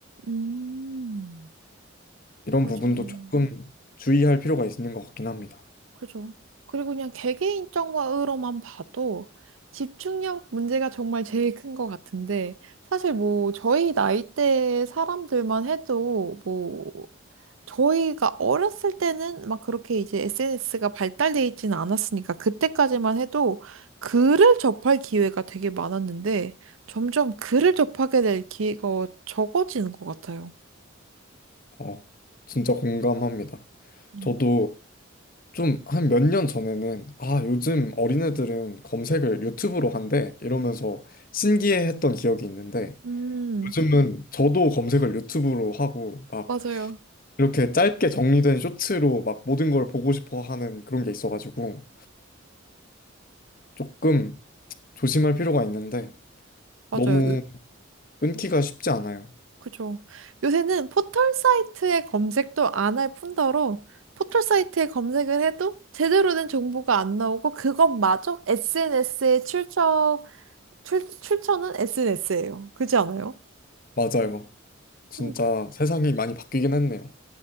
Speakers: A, on the right; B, on the left.
A: 음. 음.
B: 이런
A: 맞아요.
B: 부분도 조금 주의할 필요가 있는 것 같긴 합니다.
A: 그죠. 그리고 그냥 개개인 점으로만 봐도 집중력 문제가 정말 제일 큰 것 같은데, 사실 뭐 저희 나이대 사람들만 해도 뭐 저희가 어렸을 때는 막 그렇게 이제 SNS가 발달돼 있지는 않았으니까 그때까지만 해도 글을 접할 기회가 되게 많았는데 점점 글을 접하게 될 기회가 적어지는 것 같아요.
B: 어, 진짜 공감합니다.
A: 음.
B: 저도 좀 한 몇 년 전에는 아, 요즘 어린애들은 검색을 유튜브로 한대 이러면서 신기해했던 기억이 있는데
A: 음,
B: 요즘은 저도 검색을 유튜브로 하고 막
A: 맞아요.
B: 이렇게 짧게 정리된 쇼츠로 막 모든 걸 보고 싶어 하는 그런 게 있어가지고 조금 조심할 필요가 있는데
A: 맞아요.
B: 너무 끊기가 쉽지 않아요.
A: 그죠. 요새는 포털 사이트의 검색도 안 할 뿐더러 포털 사이트에 검색을 해도 제대로 된 정보가 안 나오고 그것마저 SNS에 출처, 출, 출처는 SNS예요. 그렇지 않아요?
B: 맞아요. 진짜
A: 음,
B: 세상이 많이 바뀌긴 했네요.